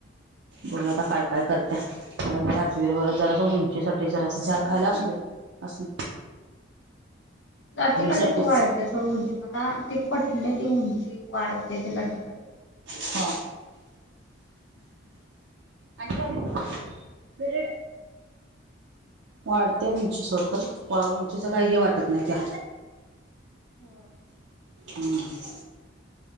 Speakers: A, on the right (about 65°); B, on the left (about 65°).
A: बघू आता काय काय करत्या राजवीर वग जरा असं उंचीसाठी जरा असं झाल खायला असू दे असूदे
B: लाटे काटे
A: साठीच
B: तू वाळ येत <unintelligible> त्या सोड उंची मला ते पटले ती उंची वाढते ते लाठी काठी
A: हा
B: हम् <inaudible>
A: आणि काय देऊ ब्रँड वाढत्या उंची सोड खर उंचीच काही हे वाटत नाही त्या
B: हो <inaudible>
A: हम्म